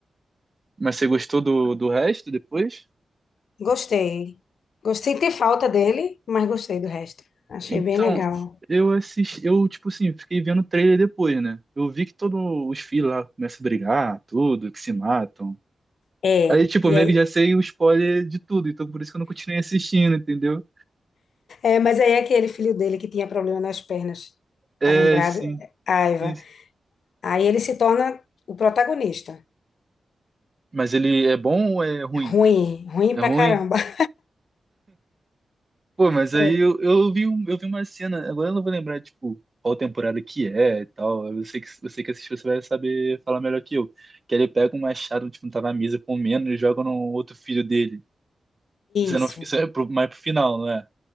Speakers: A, on the right (about 25°); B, on the left (about 70°).
A: mas você gostou do, do resto depois?
B: gostei. Gostei de ter falta dele, mas gostei do resto. Achei
A: Então,
B: bem legal.
A: eu assisti. Eu, tipo assim, fiquei vendo o trailer depois, né? Eu vi que todos os filhos lá começam a brigar, tudo, que se matam.
B: É,
A: Aí, tipo,
B: e
A: eu meio
B: aí
A: que já sei o spoiler de tudo, então por isso que eu não continuei assistindo, entendeu?
B: É, mas aí é aquele filho dele que tinha problema nas pernas,
A: É,
B: tá lembrado?
A: sim.
B: Aiva.
A: sim.
B: Aí ele se torna o protagonista.
A: Mas ele é bom ou é ruim?
B: Ruim, ruim
A: É
B: pra
A: ruim?
B: caramba. <laughs>
A: Pô, mas
B: É.
A: aí eu, eu vi, um- eu vi uma cena, agora eu não vou lembrar, tipo, qual temporada que é e tal. Eu sei que você que assistiu, você vai saber falar melhor que eu. Que ele pega um machado, tipo, tá na mesa comendo e joga no outro filho dele. Isso, eu
B: Isso,
A: não, isso é pro, mais pro final, não é?